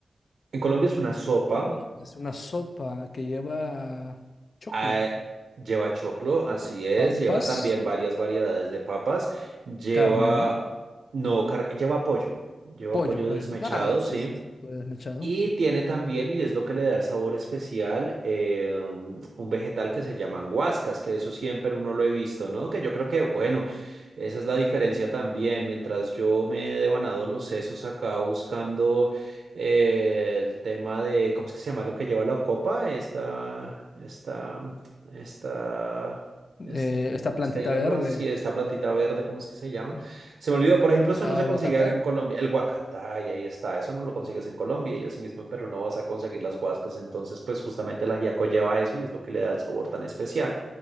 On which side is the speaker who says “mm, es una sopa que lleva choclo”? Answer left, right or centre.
Left